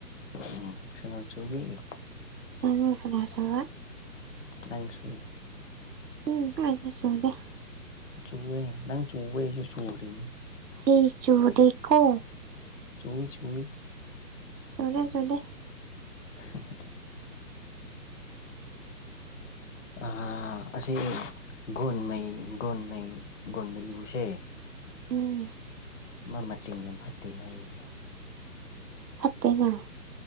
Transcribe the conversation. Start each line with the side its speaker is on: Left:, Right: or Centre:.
Left: ꯁꯣꯅꯣ ꯆꯨꯕꯤ
Right: ꯅꯪꯅ ꯁꯣꯅꯣ ꯆꯨꯕ
Left: ꯅꯪꯁꯨꯅꯦ
Right: ꯎꯝ ꯁꯨ꯭ꯋꯥꯏꯗ ꯆꯨꯗ‌ꯦ
Left: ꯆꯨꯑꯦ ꯅꯪ ꯆꯨꯕꯩ ꯑꯩꯁꯨ ꯆꯨꯔꯤꯅꯦ
Right: ꯑꯩ ꯆꯨꯗꯦꯀꯣ
Left: ꯆꯨꯏ ꯆꯨꯏ
Right: ꯆꯨꯗ‌ꯦ-ꯆꯨꯗ‌ꯦ
Left: <inaudible> ꯑꯥ ꯑꯁꯦ ꯒꯣꯟꯃꯩ ꯒꯣꯟꯃꯩ ꯒꯣꯟꯃꯩꯂꯨ ꯁꯦ <inaudible>
Right: ꯎꯝ
Left: ꯃꯥ ꯃꯆꯤꯡ ꯌꯝ ꯐꯠꯇꯦ ꯍꯥꯏꯌꯦ
Right: ꯐꯠꯇꯦꯅ